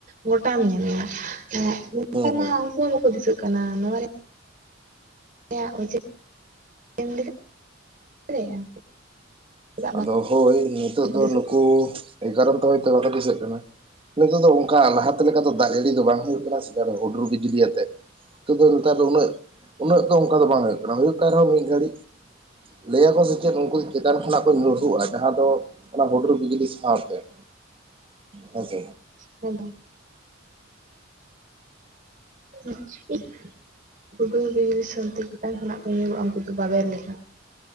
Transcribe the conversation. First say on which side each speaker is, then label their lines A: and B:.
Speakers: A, on the right (about 45°); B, on the right (about 30°).
A: ᱜᱚᱴᱟᱢ ᱧᱮᱞᱟ ᱮᱸ ᱱᱮᱛᱟᱨ
B: ᱦᱩᱸ ᱦᱩᱸ
A: ᱢᱟ ᱩᱱᱠᱩ ᱦᱚᱸ ᱵᱟᱠᱚ ᱫᱤᱥᱟᱹᱜ ᱠᱟᱱᱟ ᱱᱚᱣᱟ ᱨᱮ ᱱᱚᱣᱟ ᱨᱮᱱᱟᱜ ᱚᱡᱮᱢ ᱞᱟᱹᱭ ᱫᱟᱲᱮᱭᱟᱜᱼᱟ? ᱵᱟᱝ
B: ᱟᱫᱚ ᱦᱳᱭ ᱱᱤᱛᱳᱜ
A: ᱠᱚ
B: ᱫᱚ
A: ᱫᱤᱥᱟᱹᱜ
B: ᱱᱩᱠᱩ ᱮᱠᱟᱨᱚᱱ ᱛᱮ ᱦᱚᱭᱛᱳ ᱵᱟᱠᱚ ᱫᱤᱥᱟᱹᱜ ᱠᱟᱱᱟ ᱱᱤᱛᱚᱜ ᱫᱚ ᱚᱱᱠᱟ ᱞᱟᱦᱟᱛᱮ ᱞᱮᱠᱟ ᱫᱚ ᱫᱟᱜ ᱡᱟᱹᱲᱤ ᱫᱚ ᱵᱟᱝ ᱦᱩᱭᱩᱜ ᱠᱟᱱᱟ ᱥᱮ ᱦᱩᱰᱩᱨ ᱵᱤᱡᱽᱞᱤ ᱟᱛᱮᱜ᱾ <unintelligible> ᱱᱮᱛᱟᱨ ᱫᱚ ᱩᱱᱟᱹᱜ ᱩᱱᱟᱹᱜ ᱫᱚ ᱚᱱᱠᱟ ᱫᱚ ᱵᱟᱝ ᱦᱩᱭᱩᱜ ᱠᱟᱱᱟ ᱦᱩᱭᱩᱜ ᱠᱟᱱ ᱨᱮᱦᱚᱸ ᱢᱤᱫ ᱜᱷᱟᱹᱲᱤᱡ᱾ ᱞᱟᱹᱭᱟᱠᱚ ᱥᱮ ᱪᱮᱫ ᱩᱱᱠᱩ ᱫᱚ ᱪᱮᱛᱟᱱ ᱠᱷᱚᱱᱟᱜ ᱧᱩᱨᱩᱜᱼᱟ, ᱡᱟᱦᱟᱸ ᱫᱚ ᱚᱱᱟ ᱦᱩᱰᱩᱨ ᱵᱤᱡᱽᱞᱤ ᱥᱟᱶᱛᱮ ᱦᱮᱸᱥᱮ
A: <unintelligible> <unintelligible> ᱦᱩᱰᱩᱨ ᱵᱤᱡᱽ ᱫᱤᱥᱚᱢᱛᱮ ᱪᱮᱛᱟᱱ ᱠᱷᱚᱱᱟᱜ ᱠᱚ ᱧᱩᱨᱩᱜᱼᱟ ᱩᱱᱠᱩ ᱫᱚ ᱵᱟᱵᱮᱨ ᱞᱮᱠᱟ